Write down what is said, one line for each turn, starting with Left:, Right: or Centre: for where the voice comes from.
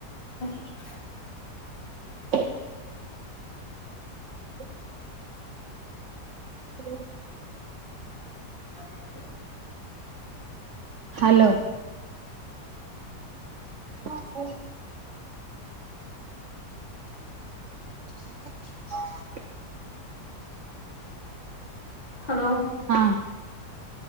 Left: <unintelligible>
Right: How ಹ <unintelligible> ಹ್ಮ
Left: ಹ <unintelligible>
Right: ಹಲೋ ಹಾ ಹ <unintelligible>
Left: ಹಲೋ
Right: ಹಾ